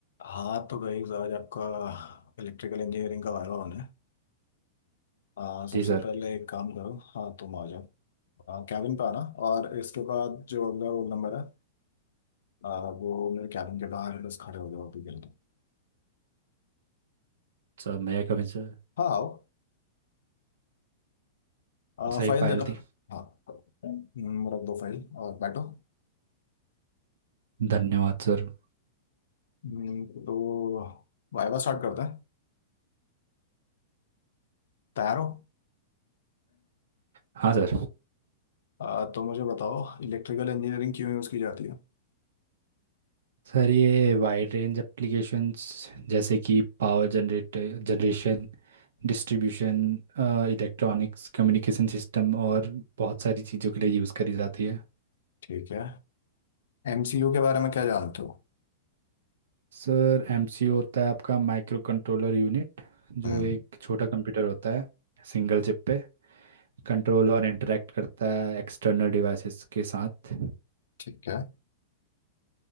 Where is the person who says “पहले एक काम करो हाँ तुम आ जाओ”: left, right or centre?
Left